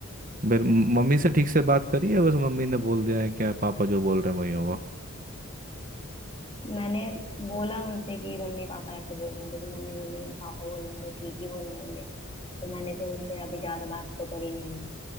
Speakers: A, on the right; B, on the left.
A: फिर म- मम्मी
B: बोलिए
A: से ठीक से बात करी है बस मम्मी ने बोल दिया है क्या पापा जो बोल रहे हैं वही होगा
B: मैंने बोला उनसे कि मम्मी पापा ऐसे बोल रहे हैं तो फिर मम्मी बोल रही है पापा बोल रहे हैं तो ठीक ही बोल रहे होंगे तो मैंने फिर उनसे अभी ज्यादा बात तो करी नहीं है